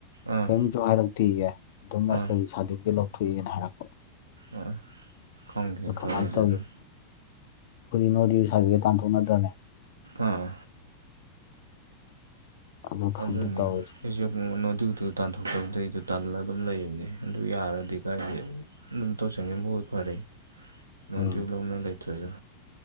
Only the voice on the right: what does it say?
ꯑꯥ
ꯑꯥ
ꯑꯥ ꯈꯪꯗꯦꯅ
ꯇꯧꯔꯤꯁꯦ
ꯑꯗꯨꯝ
ꯑꯥ
ꯑꯗꯨꯅꯤ
ꯑꯩꯁꯨ ꯅꯣ ꯗꯤꯌꯨꯗꯣ ꯇꯥꯟꯊꯣꯛꯇꯕꯗꯩꯗꯣ ꯇꯜꯂꯒ ꯑꯗꯨꯝ ꯂꯩꯕꯅꯤ ꯑꯗꯨ ꯌꯥꯔꯗꯤ ꯀꯥꯏꯗꯒꯤ ꯑꯗꯨꯝ ꯇꯧꯁꯤꯟꯈꯤꯕꯅ ꯐꯔꯦ ꯅꯣꯏꯗꯩ
ꯂꯧꯅ ꯂꯩꯇ꯭ꯔꯁꯨ